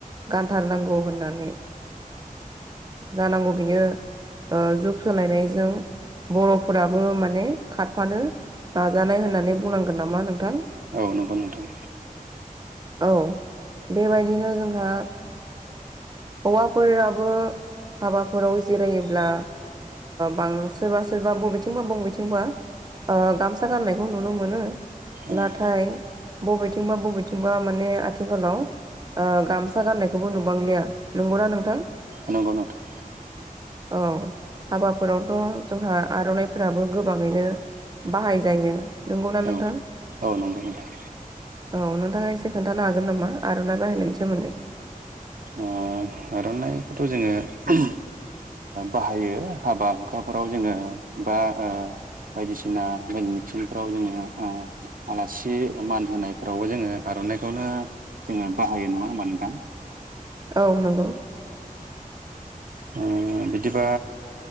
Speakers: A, on the right; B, on the right.
A: गानथारनांगौ होननानै जानांगौ बियो जुग सोलायनायजों बर'फोराबो मा माने खारफानो नाजानाय होननानै बुंनांगोन नामा नोंथां
B: औ नंगौ नोंथां
A: औ बेबायदिनो जोंहा हौवाफोराबो हाबाफोराव जिरायोब्ला बां सोरबा सोरबा बबेथिंबा बबेथिं बा गामसा गाननायखौ नुनो मोनो
B: औ
A: नाथाय बबेथिंबा बबेथिंबा माने आथिखालाव गामसा गाननायखौबो नुबांलिया नंगौना नोंथां
B: नंगौ नोंथां
A: औ हाबाफोरावथ' जोंहा आर'नाइफोराबो गोबाङैनो बाहाय जायो नंगौना
B: औ
A: नोंथां
B: औ नंगौ नोंथां
A: औ नोंथाङा एसे खोन्थानो हागोन नामा आर'नाइ बाहायनायनि सोमोन्दै
B: ओ आर'नाइ बेखौथ' जोङो बाहायो हाबा हुखाफोराव जोङो बा बायदिसिना मेल मिथिंफ्राव जोङो आलासि मान होनायफोरावबो जोङो आर'नाइखौनो जोङो बाहायो नङा होमब नोंथां
A: औ नंगौ
B: औ बिदिबा